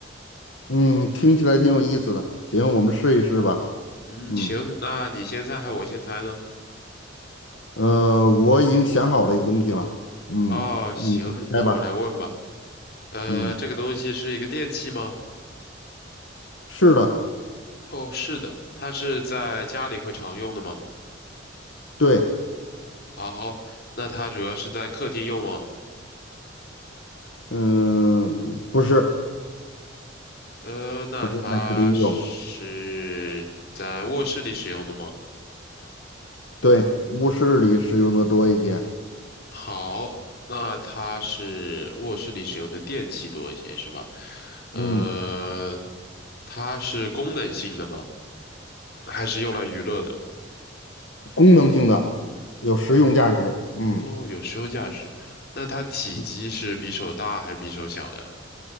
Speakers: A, on the left (about 75°); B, on the left (about 55°).
A: 嗯，听起来挺有意思的。行，我们试一试吧。
B: 嗯，
A: 嗯，
B: 行，那你先猜还是我先猜呢？
A: 呃，我已经想好了一个东西了。嗯，
B: 哦，行，
A: 你猜吧。
B: 那我来问吧。呃，
A: 嗯，
B: 这个东西是一个电器吗？
A: 是的，
B: 哦，是的，它是在家里会常用的吗？
A: 对，
B: 好，那它主要是在客厅用吗？
A: 嗯，不是，
B: 呃，那它是在卧室里使用的吗？
A: 不是在客厅用，对，卧室里使用的多一些。
B: 好，那它是卧室里使用的电器多一些，是吧？呃，
A: 嗯，
B: 它是功能性的吗？还是用来娱乐的？
A: 功能性的，有实用价值。嗯，
B: 哦，有实用价值。那它体积是比手大还是比手小呀？
A: 嗯